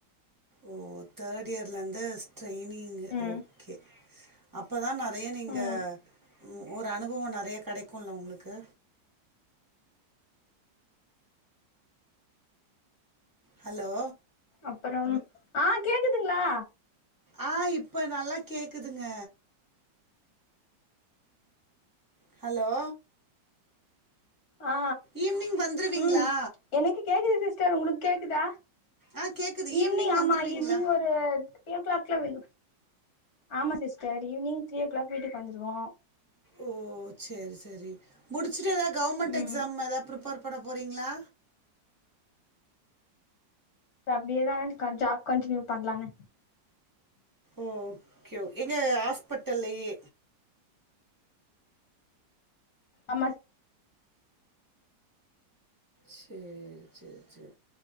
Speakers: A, on the right (about 25°); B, on the left (about 50°).
A: ஓ தேடு யேர்லந்து ஸ்ட்ரெய்னிங்கு
B: ம்
A: ஓகே அப்போதா நறைய நீங்க
B: ம்
A: ம் ஒரு அனுபவோ நறைய கடைக்குல உங்குளுக்கு ஹலோ
B: அப்பறம் ஆ கேக்குதுங்ளா
A: ஆ இப்ப நல்லா கேக்குதுங்க ஹலோ
B: ஆ
A: ஈவினிங் வந்துருவீங்களா
B: ம் எனக்கு கேக்குது சிஸ்டர் உங்களுக் கேக்குதா
A: ஆ கேக்குது
B: ஈவ்னிங்
A: ஈவினிங்
B: ஆமா
A: வந்துருவீங்களா
B: ஈவ்னிங் ஒரு த்ரீ ஓ கிளாக்லா வெள் ஆமா sister evening three o'clock வீட்டுக் வந்துருவோ
A: ஓ செரி செரி முடிச்சுட்டு எதாத் கவர்மெண்ட்
B: ம்
A: எக்ஸாம் எதா ப்ரிப்பேர் பண்ண போறீங்ளா
B: அப்டியேதா க ஜாப் கண்டினியு பண்லானு
A: ஓகே ஓ எங்க ஹாஸ்பிட்டல்லயே
B: ஆமா
A: சேரி சேர் சேர்